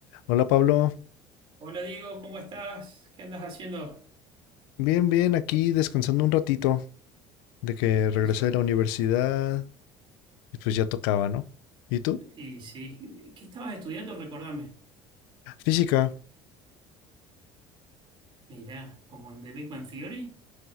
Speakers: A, on the left; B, on the right.
A: Hola Pablo,
B: Hola Diego, ¿cómo estás? ¿Qué andas haciendo?
A: bien, bien, aquí descansando un ratito de que regresé
B: Qué suerte.
A: de la universidad y pues ya tocaba, ¿no? ¿Y tú?
B: Y sí, ¿qué estabas estudiando? Recordame.
A: Física,
B: Mirá, como en The Big Bang Theory,